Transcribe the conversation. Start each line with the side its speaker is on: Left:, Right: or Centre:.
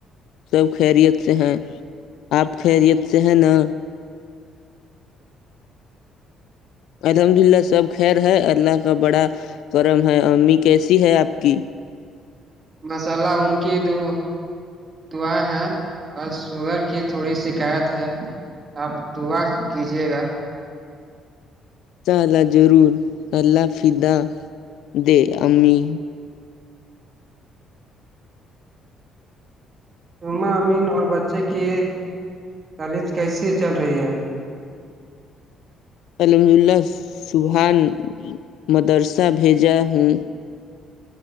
Left: سب خیریت سے ہیں آپ خیریت سے ہیں نا الحمد للہ سب خیر ہے اللہ کا بڑا کرم ہے امی کیسی ہے آپ کی
Right: مسالا ان کی دو دعا ہے بس شوگر کی تھوڑی شکایت ہے آپ دعا کیجیے گا
Left: چال ضرور اللہ فدہ دے امی
Right: مہ امین اور بچے کی تلیم کیسی چل رہی ہے
Left: الحمد للہ سبحان مدرسہ بھیجا ہوں